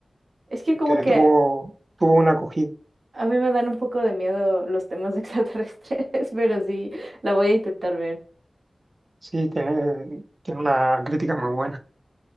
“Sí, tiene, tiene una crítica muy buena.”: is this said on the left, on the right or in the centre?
Right